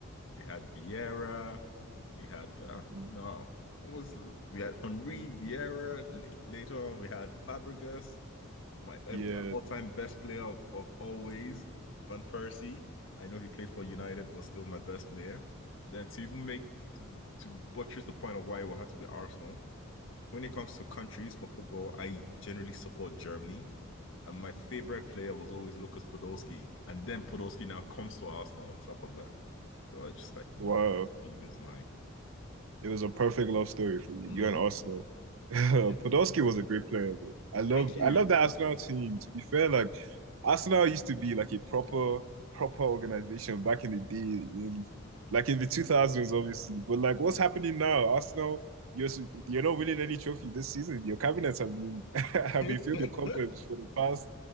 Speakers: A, on the left; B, on the right.
A: we had Vieira, we had uh,
B: mm,
A: no, it was we had Henry Vieira. later on, we had Fabregas, my uh,
B: yeah.
A: my all time best player of, of always, Van Persie. I know he played for United, but still my best player. Then to even make to, to buttress the point of why it will have to be Arsenal when it comes to countries for football, I generally support Germany. And my favorite player was always Lukas Podolski. And then Podolski now comes to Arsenal on top of that. So I just like, you
B: Wow.
A: know what? Team is mine.
B: It was a perfect love story for you.
A: Mm-hmm.
B: You and Arsenal. <laughs> Podolski
A: Yeah.
B: was a great player though. I loved
A: Thank you.
B: I loved the Arsenal team. To be fair, like Arsenal used to be like a proper proper organization back in the day in like in the 2000s obviously. But like what's happening now? Arsenal you're s- you're not winning any trophy this season. Your cabinets have been <laughs> have
A: <laughs>
B: been filled with cobwebs for the past